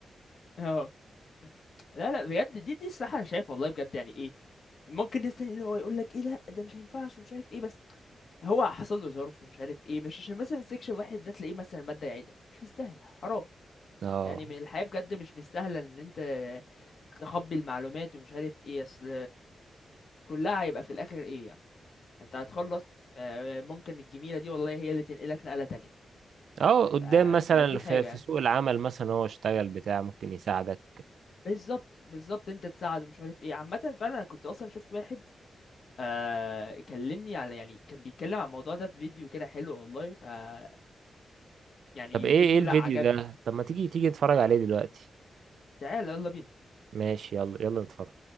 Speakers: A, on the left; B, on the right.
A: <laughs> اه لا لا بجد دي دي الصراحه انا شايف والله بجد يعني ايه ممكن ناس تاني اللي هو يقول لك ايه لا ده مش هينفعش ومش عارف ايه بس هو حصل له ظرف مش عارف ايه مش عشان مثلا السكشن واحد ده تلاقيه مثلا ماده يعيدها مش مستاهله حرام
B: اه
A: يعني من الحياه بجد مش مستاهله ان انت تخبي المعلومات ومش عارف ايه اصل كلها هيبقى في الاخر ايه يعني انت هتخلص آه، ممكن الجميله دي والله هي اللي تنقلك نقله تانية
B: اه قدام
A: ف...
B: مثلا
A: فدي
B: في
A: حاجه
B: في سوق العمل مثلا هو اشتغل بتاع ممكن يساعدك
A: بالظبط بالظبط انت تساعده مش عارف ايه عامه فعلا انا كنت اصلا شفت واحد آه كلمني على يعني كان بيتكلم عن الموضوع ده في فيديو كده حلو والله فكان يعني
B: طب
A: الفيديو
B: ايه ايه الفيديو
A: لا عجبني
B: ده طب ما تيجي تيجي نتفرج عليه دلوقتي
A: تعالى يلا بينا
B: ماشي يلا يلا نتفرج